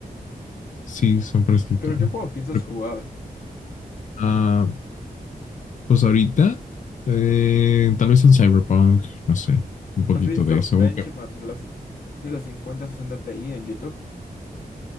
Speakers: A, on the left; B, on the left.
A: sí, son para escritorio.
B: Pero ¿qué juegos piensas
A: Recu-
B: jugar?
A: Ah, pues ahorita, eh, tal vez un Cyberpunk, no sé, un poquito
B: ¿Has visto
A: de eso.
B: benchmarks
A: Ok.
B: de las, de las cincuenta sesenta Ti en YouTube?